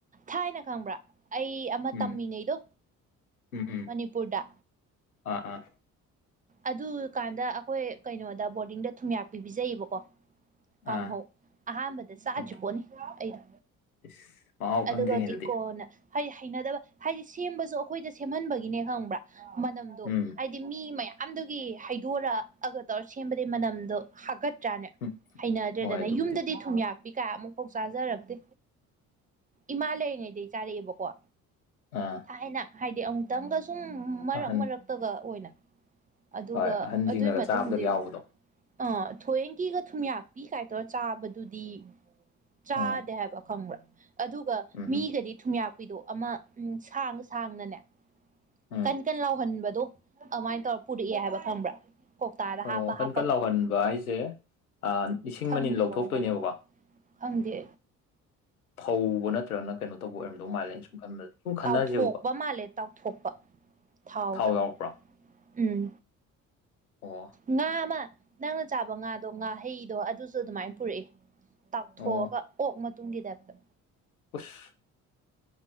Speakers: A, on the right; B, on the left.
A: ꯊꯥꯏꯅ ꯈꯪꯕ꯭ꯔꯥ ꯑꯩ ꯑꯃ
B: ꯎꯝ
A: ꯇꯝꯃꯤꯅꯩꯗꯣ
B: ꯎꯝ ꯎꯝ
A: ꯃꯅꯤꯄꯨꯔꯗ
B: ꯑꯥ ꯑꯥ
A: ꯑꯗꯨ ꯀꯥꯟꯗ ꯑꯩꯈꯣꯏ ꯀꯩꯅꯣꯗ ꯕꯣꯔꯗꯤꯡꯗ ꯊꯨꯝꯌꯥꯛꯕꯤ ꯄꯤꯖꯩꯌꯦꯕꯀꯣ ꯀꯥꯡꯍꯧ
B: ꯑꯥ
A: ꯑꯍꯥꯟꯕꯗ ꯆꯥꯗ꯭ꯔꯤ
B: ꯑꯣꯀꯦ
A: ꯄꯣꯠꯅꯤ ꯑꯩꯗ
B: ꯏꯁ ꯃꯍꯥꯎ
A: ꯑꯗꯨꯒꯗꯤ
B: ꯈꯪꯗ꯭ꯔꯤꯉꯩꯗꯗꯤ
A: ꯀꯣꯟꯅ ꯍꯥꯏꯗꯤ ꯍꯩꯅꯗꯕ ꯍꯥꯏꯗꯤ ꯁꯦꯝꯕꯁꯨ ꯑꯩꯈꯣꯏꯗ ꯁꯦꯝꯍꯟꯕꯒꯤꯅꯦ ꯈꯪꯕ꯭ꯔꯥ ꯃꯅꯝꯗꯣ
B: ꯎꯝ
A: ꯍꯥꯏꯗꯤ ꯃꯤ ꯃꯌꯥꯝꯗꯨꯒꯤ ꯍꯩꯗꯣꯔꯑꯒ ꯇꯧꯔ ꯁꯦꯝꯕꯗꯤꯩ ꯃꯅꯝꯗꯣ ꯍꯥꯀꯠ ꯇ꯭ꯔꯥꯅꯦ
B: ꯍꯨꯝ
A: ꯍꯩꯅꯗ꯭ꯔꯦꯗꯅ
B: ꯍꯣꯏ ꯑꯗꯨꯕꯨꯗꯤ
A: ꯌꯨꯝꯗꯗꯤ ꯊꯨꯝꯌꯥꯛ ꯄꯕꯤꯀꯥ ꯑꯃꯨꯛꯐꯥꯎ ꯆꯥꯖꯔꯛꯇꯦ ꯏꯃꯥ ꯂꯩꯔꯤꯉꯩꯗꯒꯤ ꯆꯥꯔꯛꯑꯦꯕꯀꯣ
B: ꯑꯥ
A: ꯊꯥꯏꯅ ꯍꯥꯏꯗꯤ ꯑꯃꯨꯛꯇꯪꯒ ꯁꯨꯝ ꯃꯔꯛ
B: ꯑꯍꯟ
A: ꯃꯔꯛꯇꯒ ꯑꯣꯏꯅ ꯑꯗꯨꯒ
B: ꯍꯣꯏ ꯑꯍꯟꯁꯤꯡꯅꯒ
A: ꯑꯗꯨꯒꯤ ꯃꯇꯨꯡꯗꯤ
B: ꯆꯥꯕꯗꯒ ꯌꯥꯎꯕꯗꯣ
A: ꯑꯥ ꯊꯌꯦꯡꯒꯤꯒ ꯊꯨꯝꯌꯥꯛꯄꯤ ꯀꯥꯏꯗꯧꯔ ꯆꯥꯕꯗꯨꯗꯤ ꯆꯥꯗꯦ
B: ꯎꯝ
A: ꯍꯥꯏꯕ ꯈꯪꯕ꯭ꯔꯥ ꯑꯗꯨꯒ
B: ꯎꯝ
A: ꯃꯤꯒꯗꯤ
B: ꯍꯨꯝ
A: ꯊꯨꯝꯌꯥꯛꯄꯤꯗꯣ ꯑꯃ ꯎ ꯁꯥꯡ ꯁꯥꯡꯅꯅꯦ
B: ꯎꯝ
A: ꯀꯟ ꯀꯟ ꯂꯥꯎꯍꯟꯕꯗꯣ ꯑꯗꯨꯃꯥꯏꯅ ꯇꯧꯔ ꯄꯨꯔꯛꯑꯦ ꯍꯥꯏꯕ ꯈꯪꯕ꯭ꯔꯥ ꯀꯧꯇꯥꯗ ꯍꯥꯞꯄ
B: ꯑꯣ ꯀꯟ
A: ꯍꯥꯞꯄꯒ
B: ꯀꯟ ꯂꯥꯎꯍꯟꯕ ꯍꯥꯏꯁꯦ ꯂꯤꯁꯤꯡ
A: ꯈꯪꯗꯦ
B: ꯃꯅꯤ ꯂꯧꯊꯣꯛꯇꯣꯏꯅꯦꯕꯀꯣ
A: ꯀꯃꯥꯏ ꯇꯧꯏꯅꯣ ꯈꯪꯗꯦ
B: ꯐꯨꯕ ꯅꯠꯇ꯭ꯔꯒꯅ ꯀꯩꯅꯣ ꯇꯧꯕ ꯑꯣꯏꯔꯝꯗꯧ ꯃꯥꯥꯜꯂꯦ ꯑꯩꯅ ꯁꯨꯝ ꯈꯟꯕꯗ ꯁꯨꯝ ꯈꯟꯅꯁꯦꯕꯀꯣ
A: ꯇꯥꯎꯊꯣꯛꯄ ꯃꯥꯜꯂꯦ ꯇꯥꯎꯊꯣꯛꯄ ꯊꯥꯎꯗ
B: ꯊꯥꯎ ꯌꯥꯎꯔꯛꯄ꯭ꯔꯣ
A: ꯎꯝ
B: ꯑꯣ
A: ꯉꯥ ꯑꯃ ꯅꯪꯅ ꯆꯥꯕ ꯉꯥꯗꯣ ꯉꯥ ꯍꯩꯗꯣ ꯑꯗꯨꯁꯨ ꯑꯗꯨꯃꯥꯏꯅ ꯄꯨꯔꯛꯌꯦ ꯇꯥꯎꯊꯣꯛꯑꯒ
B: ꯑꯣ
A: ꯑꯣꯛ ꯃꯇꯨꯝꯒꯤ ꯇꯥꯏꯞꯇ
B: ꯎꯁ